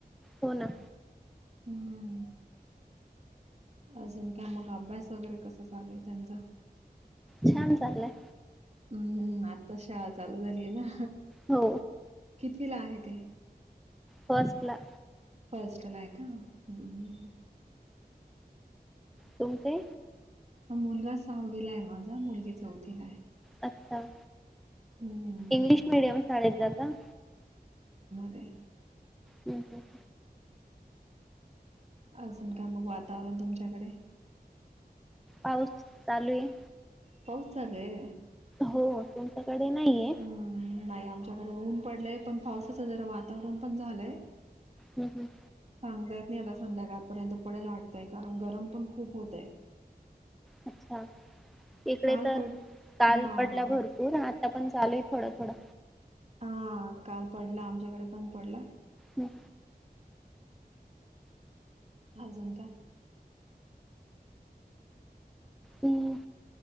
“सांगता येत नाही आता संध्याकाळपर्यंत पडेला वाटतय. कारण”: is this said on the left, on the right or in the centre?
Right